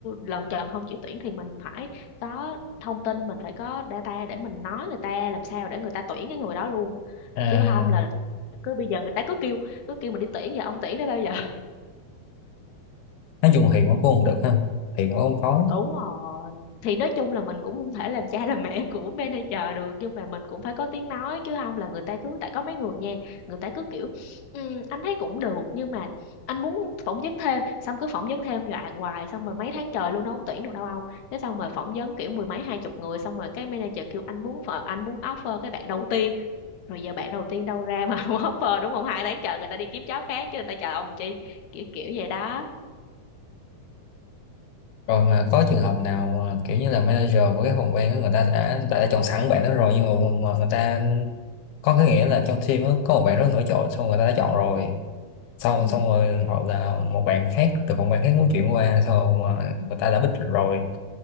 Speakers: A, on the left (about 65°); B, on the left (about 85°).
A: lần trần không chịu tuyển thì mình phải có thông tin mình phải có data để mình nói người ta làm sao để người ta tuyển cái người đó luôn
B: à,
A: chứ không là cứ bây giờ người ta cứ kêu cứ kêu mình đi tuyển và ông tuyển đến bao giờ
B: nói chung hiền quá cũng không được ha hiền quá cũng khó
A: Đúng rồi. Thì nói chung là mình cũng không thể làm cha làm mẹ <laughs> của manager được nhưng mà mình cũng phải có tiếng nói chứ không là người ta cứ tại có mấy người nha, người ta cứ kiểu "Ừ, anh thấy cũng được nhưng mà anh muốn phỏng vấn thêm, xong cứ phỏng vấn thêm dọa hoài xong rồi mấy tháng trời luôn đâu có tuyển được đâu ông. Thế xong rồi phỏng vấn kiểu mười mấy hai chục người xong rồi cái manager kêu anh muốn phờ- anh muốn offer cái bạn đầu tiên, rồi giờ bạn đầu tiên đâu ra mà <laughs> không offer đúng không? Hai tháng chờ người ta đi kiếm job khác chứ người ta chờ ông chi. Kiểu kiểu vậy đó.
B: Rồi mà có trường hợp nào mà kiểu như là manager của cái phòng ban đó người ta đã đã, đã chọn sẵn bạn đó rồi nhưng mà, mà người ta có cái nghĩa là trong team đó, có một bạn rất nổi trội xong người ta đã chọn rồi xong
A: Ừ.
B: xong rồi hoặc là một bạn khác từ phòng ban khác muốn chuyển qua xong rồi mà
A: Ừ.
B: người ta đã bích rồi